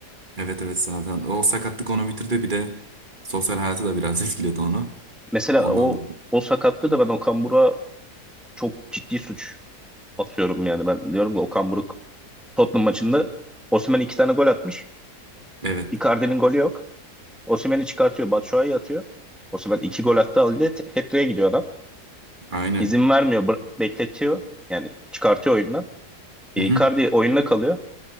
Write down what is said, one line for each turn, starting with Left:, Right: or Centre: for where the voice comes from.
Right: Evet evet zaten. O sakatlık onu bitirdi bir de sosyal hayatı da biraz <laughs> etkiledi onu.
Centre: Mesela
Right: Ondan
Centre: o
Right: dolayı.
Centre: o sakatlığı da ben Okan Buruk'a çok ciddi suç atıyorum yani ben diyorum ki Okan Buruk Tottenham maçında Osimhen iki tane gol atmış.
Right: Evet.
Centre: Icardi'nin golü yok. Osimhen'i çıkartıyor. Batshuayi atıyor. Osimhen iki gol attı. Halde hat-trick'e gidiyor adam.
Right: Aynen.
Centre: İzin vermiyor. bır- Bekletiyor. Yani çıkartıyor oyundan. E,
Right: Hı hı.
Centre: Icardi oyunda kalıyor.